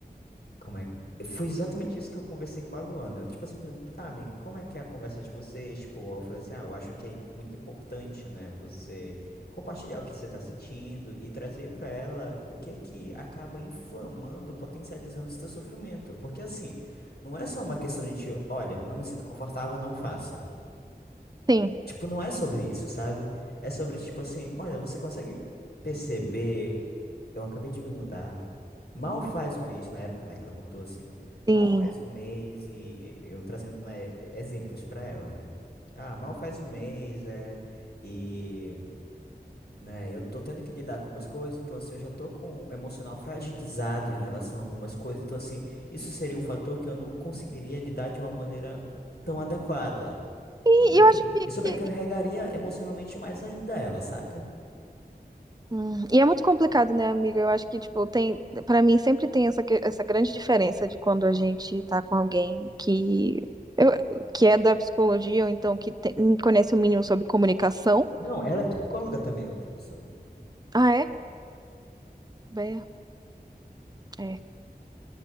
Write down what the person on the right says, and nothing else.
Sim,
sim.
E,
e eu
acho que,
que-
Hum, E é muito complicado, né, amiga? Eu acho que, tipo, tem, para mim sempre tem essa, que- essa grande diferença de quando a gente tá com alguém que eu, que é da psicologia ou então que tem- conhece o mínimo sobre comunicação.
Ah, é? É, é.